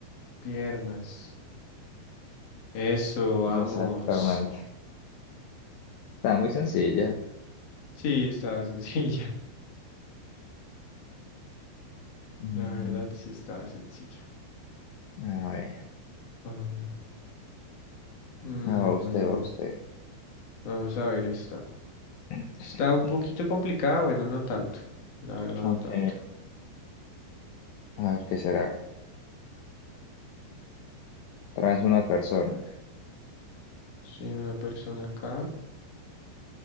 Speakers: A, on the left; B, on the left.
A: piernas. Eso, vamos.
B: Exactamente. Está muy sencilla.
A: Sí, estaba sencilla. <laughs>
B: Mm,
A: La verdad, sí estaba sencilla.
B: A ver.
A: A ver. mm,
B: Ah, va usted, va usted.
A: vamos a ver esta.
B: <clears throat>
A: Está un poquito complicada, bueno, no tanto. La verdad,
B: Ok.
A: no tanto.
B: A ver, ¿qué será? Traes una persona.
A: Sí, una persona acá,